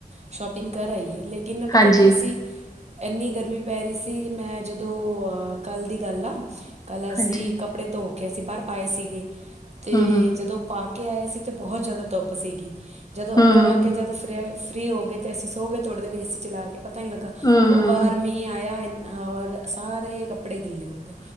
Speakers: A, on the right; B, on the left.
A: ਸ਼ੋਪਿੰਗ ਕਰ ਆਈਏ ਲੇ ਕਿੰਨਾ ਨਾ
B: ਹਾਂਜੀ
A: ਪਤਾ ਕੀ ਸੀ। ਐਨੀ ਗਰਮੀ ਪੈ ਰੀ ਸੀ ਕਿ ਮੈਂ ਜਦੋਂ ਅ ਕੱਲ੍ਹ ਦੀ ਗੱਲ ਆ। ਕੱਲ੍ਹ ਅਸੀਂ
B: ਹਾਂਜੀ
A: ਕੱਪੜੇ ਧੋ ਕੇ ਅਸੀਂ ਬਾਰ ਪਾਏ ਸੀਗੇ ਤੇ
B: ਹਮ ਹਮ
A: ਜਦੋਂ ਪਾ ਕੇ ਆਏ ਸੀ ਤੇ ਬਹੁਤ ਜੈਦਾ ਧੁੱਪ ਸੀਗੀ ਜਦੋਂ
B: ਹਮ
A: ਅੰਦਰ ਆ ਕੇ ਜਦੋਂ ਫ੍ਰ ਫ੍ਰੀ ਹੋ ਗੇ ਤੇ ਅਸੀਂ ਸੋ ਗਏ ਥੋੜ੍ਹੀ ਦੇਰ ਏ ਸੀ ਚਲਾ ਕੇ ਪਤਾ ਨ੍ਹੀਂ ਲੱਗਾ
B: ਹਮ
A: ਓਹ ਬਾਹਰ ਮੀਂਹ ਆਯਾ ਅਹੌਰ ਸਾਰੇ ਕੱਪੜੇ ਗਿੱਲੇ ਹੋ ਗੇ